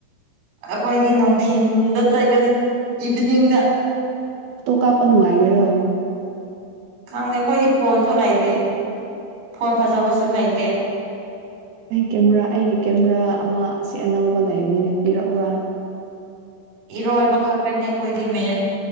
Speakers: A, on the right; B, on the right.
A: ꯑꯩꯈꯣꯏꯗꯤ ꯅꯨꯡꯊꯤꯜꯗ ꯆꯠꯀꯅꯤ ꯏꯚꯤꯅꯤꯡꯗ
B: ꯇꯣ ꯀꯥꯞꯄ ꯅꯨꯡꯉꯥꯏꯒꯦꯔꯣ
A: ꯈꯪꯗꯦ ꯑꯩꯈꯣꯏꯗꯤ ꯐꯣꯟꯁꯨ ꯂꯩꯇꯦ ꯐꯣꯟ ꯐꯖꯕꯁꯨ ꯂꯩꯇꯦ
B: ꯑꯩ ꯀꯦꯃꯦꯔꯥ ꯑꯩꯒꯤ ꯀꯦꯃꯦꯔꯥ ꯑꯃ ꯁꯤ ꯑꯅꯕ ꯂꯩꯕꯅꯤꯅ ꯄꯤꯔꯛꯎꯔꯥ
A: ꯏꯔꯣꯏꯕ ꯈꯛꯀꯅꯦ ꯑꯩꯈꯣꯏꯗꯤ ꯃꯦꯟ